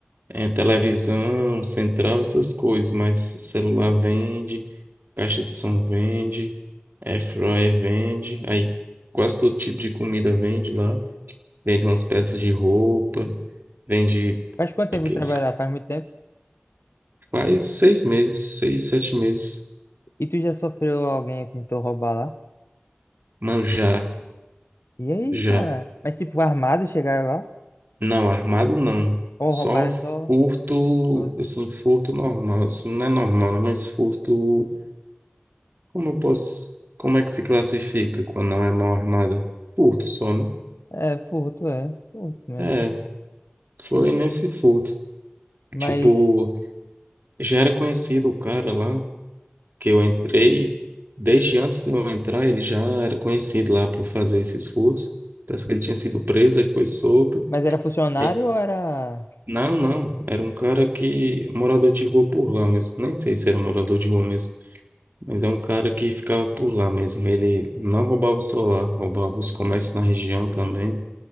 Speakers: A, on the right (about 55°); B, on the left (about 75°).
A: É, televisão, central, essas coisas, mas celular vende, caixa de som vende, airfryer vende, aí quase todo tipo de comida vende lá, vende umas peças de roupa, vende
B: Faz quanto tempo
A: aqueles
B: que tu trabalha lá? Faz muito tempo.
A: faz seis meses, seis, sete meses,
B: E tu já sofreu alguém que tentou roubar lá?
A: mano, já,
B: E aí,
A: já,
B: cara? Mas tipo, armado chegaram lá?
A: não, armado não,
B: Ou
A: só
B: roubaram
A: furto,
B: só Furto.
A: assim, furto normal, assim, não é normal, né, mas furto Como eu posso. Como é que se classifica quando não é mão armada? Furto só, né?
B: É, furto, é. Furto mesmo.
A: É, foi
B: E-
A: nesse furto.
B: mas,
A: Tipo, já era conhecido o cara lá que eu entrei. Desde antes de eu entrar, ele já era conhecido lá por fazer esses furtos. Parece que ele tinha sido preso, aí foi solto.
B: mas era funcionário
A: Aí,
B: ou era.
A: não, não. Era um cara que. Morador de rua por lá mesmo. Nem sei se era morador de rua mesmo. Mas é um cara que ficava por lá mesmo. Ele não roubava o celular, roubava os comércios na região também.